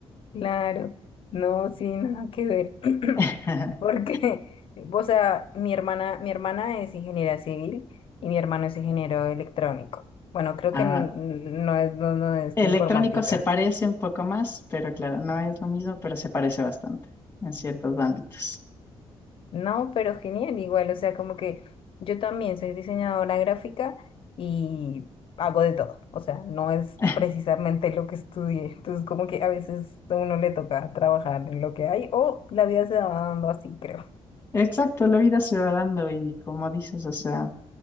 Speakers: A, on the left (about 55°); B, on the left (about 20°).
A: claro. No, sí, nada que ver. <clears throat>
B: <laughs>
A: Porque, <laughs> o sea, mi hermana, mi hermana es ingeniera civil y mi hermano es ingeniero electrónico. Bueno, creo
B: Ah,
A: que n- n- no es, no, no es
B: Electrónico
A: de informática.
B: se parece un poco más, pero claro, no es lo mismo, pero se parece bastante en ciertos ámbitos.
A: No, pero genial, igual, o sea, como que yo también soy diseñadora gráfica y hago de todo. O sea, no es
B: <laughs>
A: precisamente lo que estudié. Entonces, como que a veces a uno le toca trabajar en lo que hay o la vida se va dando así, creo.
B: Exacto, la vida se va dando y como dices, o sea,